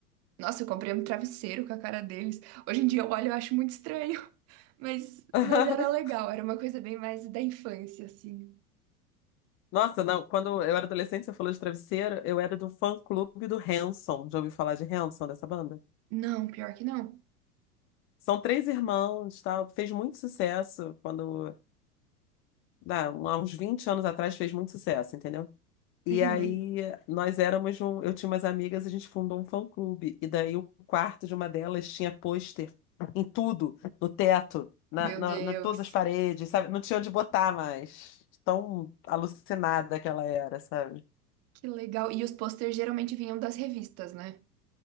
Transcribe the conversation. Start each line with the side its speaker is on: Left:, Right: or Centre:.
Right: Nossa, eu comprei um travesseiro com a cara deles. Hoje em dia eu olho e eu acho muito estranho, <laughs> mas,
Left: <laughs>
Right: mas era legal, era uma coisa bem mais da infância, assim.
Left: Nossa, não, quando eu era adolescente, você falou de travesseiro, eu era do fã-clube do Hanson. Já ouviu falar de Hanson, dessa banda?
Right: Não, pior que não.
Left: São três irmãos, tal, fez muito sucesso quando, dá, há uns 20 anos atrás fez muito sucesso, entendeu? E
Right: Uhum.
Left: aí nós éramos um, eu tinha umas amigas, a gente fundou um fã-clube e daí o quarto de uma delas tinha pôster em tudo, no teto, na,
Right: Meu
Left: na,
Right: Deus,
Left: na todas as paredes, sabe? Não tinha onde botar mais. Tão alucinada que ela era, sabe?
Right: que legal. E os posters geralmente vinham das revistas, né?